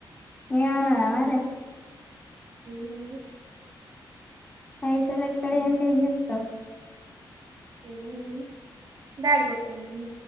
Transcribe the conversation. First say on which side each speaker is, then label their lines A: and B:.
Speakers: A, on the left; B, on the right.
A: ఏమనదా మరే
B: ఏమనది
A: పైసలెక్కడియంటే ఏం చెప్తవ్
B: ఏముంది డాడి కొట్టిండని